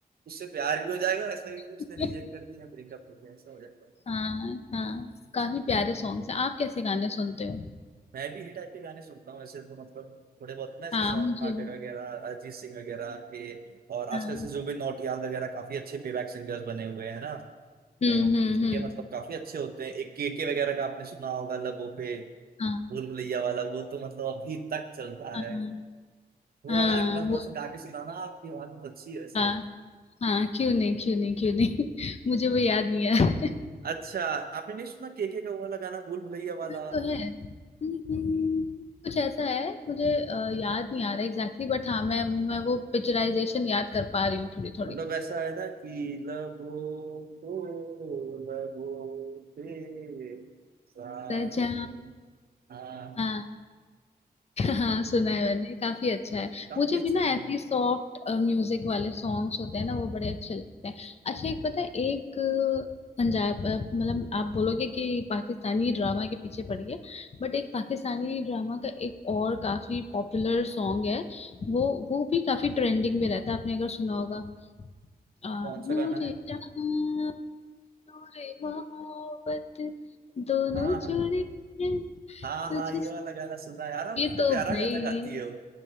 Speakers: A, on the right; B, on the left.
A: उससे प्यार भी हो जाएगा और ऐसा लगेगा कि
B: <laughs>
A: उसने रिजेक्ट कर दिया ब्रेकअप हो गया ऐसा हो जाता है
B: हाँ हाँ काफी प्यारे सॉन्ग्स हैं आप कैसे गाने सुनते हो
A: मैं भी इसी टाइप के गाने सुनता हूँ ऐसे तो मतलब थोड़े बहुत ना ऐसे
B: हाँ
A: सॉफ्ट
B: मुझे
A: हार्टेड
B: भी
A: वगैरह अरिजीत सिंह वगैरह के और आजकल
B: हाँ
A: से जुबिन नौटियाल वगैरह काफी अच्छे पेबैक सिंगर्स बने हुए हैं ना
B: हम्म
A: तो
B: हम्म
A: इनके
B: हम्म
A: मतलब काफी अच्छे होते हैं एक केके वगैरह का आपने सुना होगा लबों पे
B: हाँ
A: भूल भुलैया वाला वो तो मतलब अभी तक चलता
B: हाँ
A: है वो
B: हाँ
A: वाला एक बार
B: वो
A: थोड़ा सा गा के सुनाना आपकी आवाज बहुत अच्छी है वैसे
B: हाँ हाँ क्यों नहीं क्यों नहीं क्यों नहीं <laughs> मुझे वो याद नहीं है
A: अच्छा आपने नहीं सुना केके का वो वाला गाना भूल भुलैया वाला
B: ना तो है हम्म, हम्म। कुछ ऐसा है मुझे अ, याद नहीं आ रहा एग्जैक्टली बट हाँ मैं मैं वो पिक्चराइजेशन याद कर पा रही हूँ थोड़ी थोड़ी
A: मतलब ऐसा है ना कि लबों को लबों पे साए।
B: सजा
A: हाँ
B: हाँ हाँ सुना है मैंने काफी अच्छा है
A: काफी
B: मुझे
A: अच्छा
B: भी ना
A: गाना
B: ऐसी सॉफ्ट म्यूजिक वाले सॉन्ग्स होते हैं ना वो बड़े अच्छे लगते हैं अच्छा एक पता है एक अ, पंजाब अ, मतलब आप बोलोगे कि पाकिस्तानी ड्रामा के पीछे पड़ी है बट एक पाकिस्तानी ड्रामा का एक और काफी पॉपुलर सॉन्ग है वो वो भी काफी ट्रेंडिंग में रहता है आपने अगर सुना होगा अ,
A: कौन सा
B: नूरे
A: गाना है
B: जहां नूरे मोहब्बत दोनों
A: हाँ हाँ
B: जुड़े हैं
A: हाँ
B: तुझसे
A: हाँ ये वाला गाना सुना है यार आप
B: ये
A: कितना
B: तो
A: प्यारा
B: भाई
A: गाना गाती हो